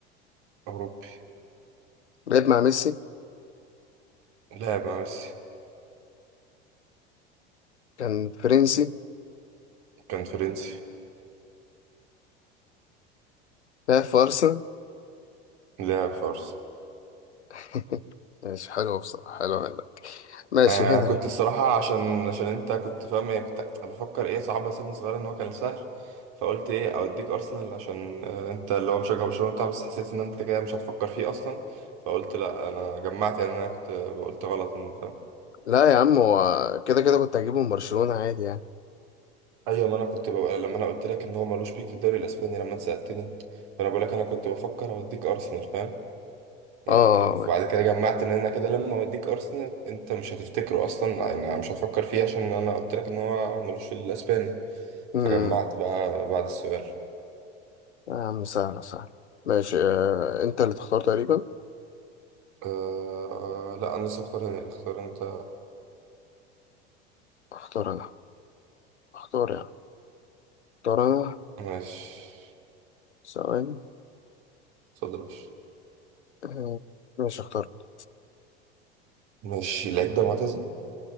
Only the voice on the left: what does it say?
لعب مع ميسي
كان فرنسي
لا في أرسنال
<laughs> ماشي حلو بصراحة حلو منك ماشي
هنري
لا يا عم هو كده كده كنت هجيبه من برشلونة عادي يعني
اه
امم
يا عم سهلة سهلة ماشي آه. انت اللي تختار تقريبا
اختار انا اختار يعني اختار انا
ثواني
آه. ماشي اخترت